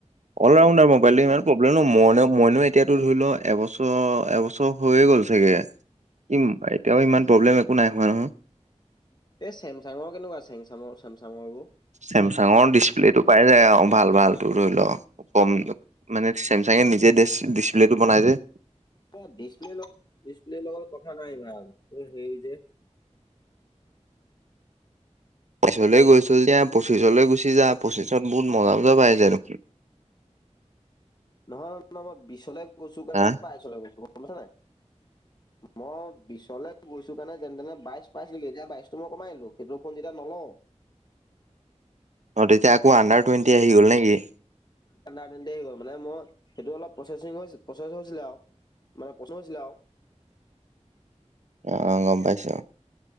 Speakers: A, on the right; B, on the left.
A: All rounder mobile. মোলে নো মইন মইনো এতিয়াতো ধৰি ল এবছৰ এবছৰ হৈয়ে গ'ল চাগে। শিকিম এতিয়াও ইমান প্ৰব্লেম একো নাই হোৱা নহয়।
B: এই চেমচাঙৰ কেনেকুৱা চেমচাঙৰ চেমচাঙৰবোৰ।
A: চেমচাঙৰ ডিচপ্লেটো পাই যায় অহ ভাল ভালতো ধৰি ল। কম মানে চেমচাঙে নিজে ডি ডিচপ্লেটো বনাই যে।
B: এ ডিছপ্লে লগত ডিচপ্লেৰ লগত কথা নাই ইমান হেৰি যে-
A: পাইছো লৈ গৈছো যেতিয়া, পঁচিছলৈ গুচি যাই পঁচিছত বহুত মজা মজা পাই যায় দেখোন।
B: নহয় নহয় মই বিশছলৈ গৈছো ক
A: হা
B: বাইছলৈ গৈছো গম পাইছা নাই। মই বিশলে গৈছো কাৰণে যেনে তেনে বাইশ পাইছিলো এতিয়া বাইশতটো মই কমাই দিলো সেইটোৰ ফোন যেতিয়া নলওঁ।
A: অহ তেতিয়া আকৌ আণ্ডাৰ টুৱেণ্টি আহি গ'ল নেকি।
B: সেইকাৰণে অথনিয়ে আহি গ'ল মানে মই সেইটো অলপ প্ৰচেচিং প্ৰচেছ হৈছিলে আও। মানে পচন হৈছিলে আও।
A: অহঁ গম পাইছো।